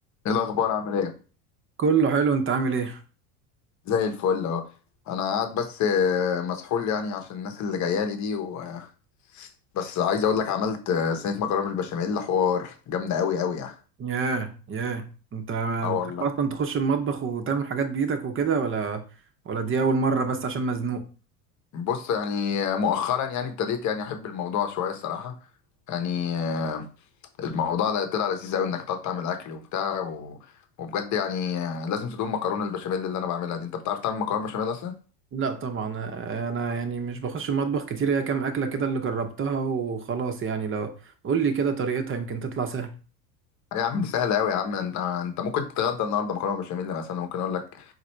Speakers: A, on the left; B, on the right.
A: ايه الاخبار عامل ايه
B: كله حلو انت عامل ايه
A: زي الفل اهو انا قاعد بس آه، مسحول يعني عشان الناس اللي جايه لي دي و... آه، بس عايز اقول لك عملت آه، صينيه مكرونه بالبشاميل حوار جامده قوي قوي يعني
B: ياه ياه انت
A: اه والله
B: بتحب اصلا تخش المطبخ وتعمل حاجات بايدك وكده ولا ولا دي اول مره بس عشان مزنوق
A: بص يعني آه، مؤخرا يعني ابتديت يعني احب الموضوع شويه الصراحه يعني آه، الموضوع ده طلع لذيذ قوي انك تقعد تعمل اكل وبتاع و... وبجد يعني آه، لازم تدوم مكرونه البشاميل اللي انا بعملها دي انت بتعرف تعمل مكرونه بشاميل اصلا
B: لا طبعا انا يعني مش بخش المطبخ كتير هي كام اكله كده اللي جربتها وخلاص يعني لو قول لي كده طريقتها يمكن تطلع سهله
A: يا عم دي سهله قوي يا عم انت انت ممكن تتغدى النهارده مكرونه بشاميل مثلا ممكن اقول لك